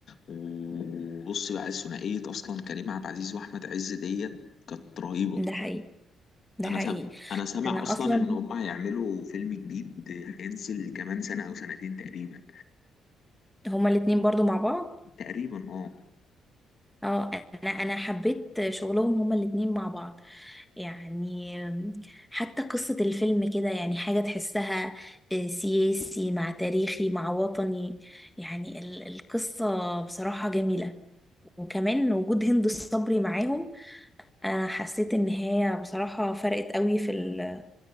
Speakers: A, on the left; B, in the centre.
A: وبص بقى الثنائية أصلا كريم عبد العزيز وأحمد عز ديت كانت رهيبة
B: ده حقيقي ده
A: أنا
B: حقيقي
A: سامع أنا سامع
B: انا
A: أصلا
B: اصلا
A: إن هما هيعملوا فيلم جديد هينزل كمان سنة أو سنتين تقريبا
B: هما الاتنين برضو مع بعض
A: تقريبا اه
B: اه انا انا حبيت شغلهم هما الاتنين مع بعض يعني حتى قصة الفيلم كده يعني حاجة تحسها آه، سياسي مع تاريخي مع وطني يعني ال- القصة بصراحة جميلة وكمان وجود هند الصبري معاهم انا حسيت ان هي بصراحة فرقت قوي في ال-